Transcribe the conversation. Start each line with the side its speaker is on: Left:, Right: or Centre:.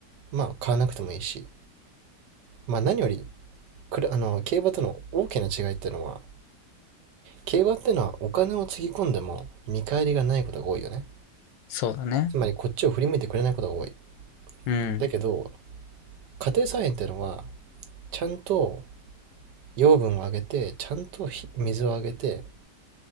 Right: まあ買わなくてもいいし、まあ何より、くるあの、競馬との大きな違いっていうのは、競馬っていうのはお金をつぎ込んでも見返りがないことが多いよね。
Left: そうだね。
Right: つまりこっちを振り向いてくれないことが多い。
Left: うん、
Right: だけど、家庭菜園っていうのは、ちゃんと養分をあげて、ちゃんとひ水をあげて、